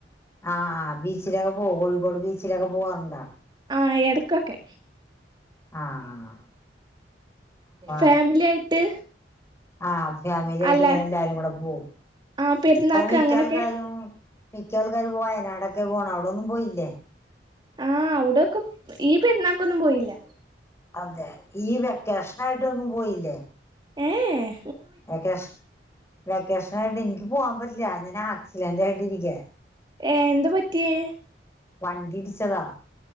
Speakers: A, on the left; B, on the right.
A: ആഹ് ആ് ബീച്ചിലൊക്കെ പോകൂ കോഴിക്കോട് ബീച്ചിലൊക്കെ പോവാറുണ്ടോ
B: ആഹ് എടക്കൊക്കെ
A: ആഹ് അപ്പ
B: ഫാമിലി ആയിട്ട്
A: ആഹ് ഫാമിലിയ ആയിട്ട്
B: അല്ല
A: ഇങ്ങനെ എല്ലാരും കൂടെ പോകും
B: ആ പെരുന്നാക്ക്
A: മിക്ക
B: അങ്ങനെയൊക്കെ
A: ആൾക്കാരും മിക്ക ആൾക്കാരും പോ വയനാടൊക്കെ പോകണം അവിടൊന്നും പോയില്ലേ
B: ആഹ് അവിടെക്കെ ഈ പെരുന്നാക്കൊന്നും പോയില്ല
A: അതെ ഈ വെക്കേഷന ആയിട്ടൊന്നും പോയില്ലേ
B: ഏഹ്
A: വക്കേഷൻ വെക്കേഷൻ ആയിട്ട് എനിക്ക് പോവാൻ പറ്റില്ല ഞാൻ ആക്സിലന്റ് ആയിട്ടി ഇരിക്ക
B: ഏഹ്എന്താ പറ്റിയേ
A: വണ്ടിടിച്ചതാ